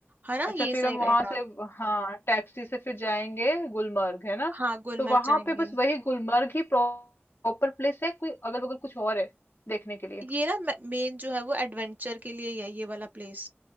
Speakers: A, on the right; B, on the left.
A: है ना
B: अच्छा
A: ये
B: फिर
A: सही
B: हम वहां
A: रहेगा
B: से हाँ टैक्सी से फिर जाएंगे गुलमर्ग है ना
A: हाँ गुलमर्ग
B: तो वहां
A: जाएंगे
B: पे बस वही गुलमर्ग ही प्रॉपर प्लेस है कोई अगल बगल कुछ और है देखने के लिए
A: ये ना मेन जो है वो एडवेंचर के लिए ही है ये वाला प्लेस